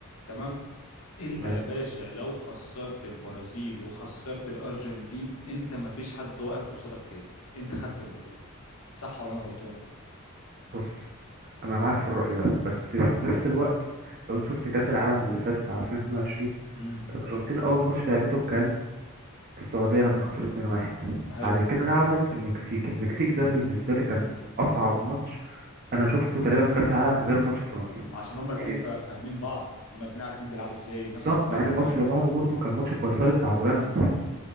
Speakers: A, on the left (about 80°); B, on the right (about 45°).
A: تمام انت
B: تمام
A: يا باشا لو خسرت البرازيل وخسرت الارجنتين انت ما فيش حد واقف قصادك تاني انت خدت البطوله صح ولا انا غلطان
B: بص انا معاك في الرأي ده بس في نفس الوقت لو انت شفت كأس العالم اللي فات بتاع 2022
A: امم
B: الارجنتين اول ماتش لعبته كان السعودية لما خسرت 2-1
A: حلو
B: بعد كده لعبت المكسيك المكسيك ده بالنسبة لي كان اصعب ماتش انا شفته تقريبا في كأس العالم غير ماتش فرنسا
A: ما عشان هما الاثنين
B: يعني
A: فاهمين بعض هما الاثنين عارفين بيلعبوا ازاي نفس
B: بالظبط
A: القاره
B: مع ان الماتش
A: فاهم
B: اللي بعده برضه كان ماتش فيصلي بتاع بولندا